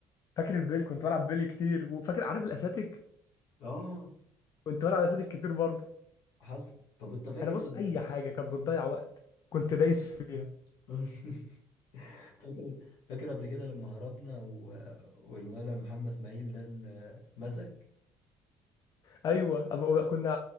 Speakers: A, on the left; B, on the left.
A: فاكر البيلي كنت بلعب بيلي كتير وفاكر عارف الاساتيك
B: اه
A: كنت بلعب اساتيك كتير برضه
B: حصل طب انت فاكر
A: انا بص
B: ال...
A: اي حاجه كانت بتضيع وقت كنت دايس فيها
B: <laughs> فاكر فاكر قبل كده لما هربنا و... والولا محمد اسماعيل ده اللي اتمسك
A: ايوه أما كنا